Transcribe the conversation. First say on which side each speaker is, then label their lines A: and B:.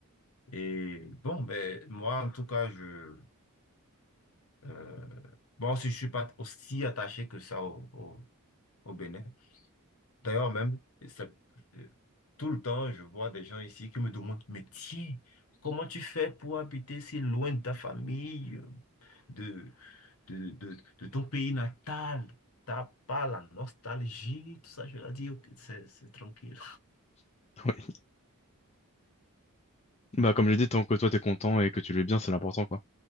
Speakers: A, on the left; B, on the left.
A: Et, bon, ben, moi, en tout cas, je, euh, bon, si je suis pas aussi attaché que ça au, au, au Bénin, D'ailleurs, même, ça- euh, tout le temps, je vois des gens ici qui me demandent, mais tiens, comment tu fais pour habiter si loin de ta famille, euh, de, de, de, de ton pays natal? T'as pas la nostalgie, tout ça. Je leur dis, ok, c'est c'est tranquille.
B: Oui. Bah, comme je l'ai dit, tant que toi, t'es content et que tu le vis bien, c'est l'important, quoi.